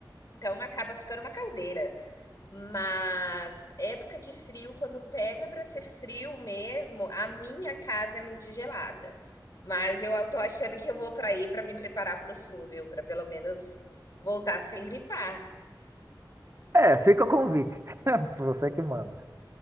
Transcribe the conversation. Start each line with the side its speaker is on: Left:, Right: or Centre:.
Left: Então acaba ficando uma caldeira. Mas época de frio, quando pega para ser frio mesmo, a minha casa é muito gelada. Mas eu tô achando que eu vou para aí para me preparar para o sul, viu? Para pelo menos voltar sem gripar.
Right: é, fica o convite, <laughs> se você que manda.